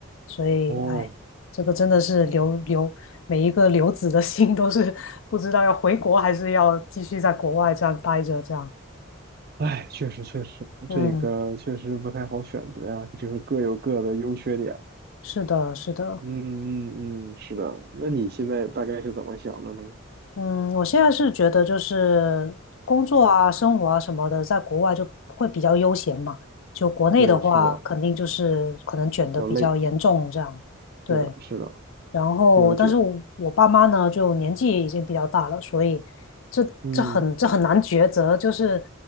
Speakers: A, on the left (about 70°); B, on the right (about 45°).
A: 所以哎，
B: 哦，
A: 这个真的是留留每一个留子的 <laughs> 心都是不知道要回国还是要继续在国外这样待着这样。
B: 哎，确实确实，
A: 嗯，
B: 这个确实不太好选择呀，就是各有各的优缺点。
A: 是的，是的。
B: 嗯嗯嗯，是的。那你现在大概是怎么想的呢？
A: 嗯，我现在是觉得就是工作啊、生活啊什么的，在国外就会比较悠闲嘛。就国内的话，
B: 对，是的，
A: 肯定就是可能卷的比较严重这样。
B: 要累，
A: 对，
B: 是的，是的，
A: 然后，
B: 比较卷。
A: 但是我我爸妈呢，就年纪也已经比较大了，所以这这很这很难抉择。
B: 嗯
A: 就是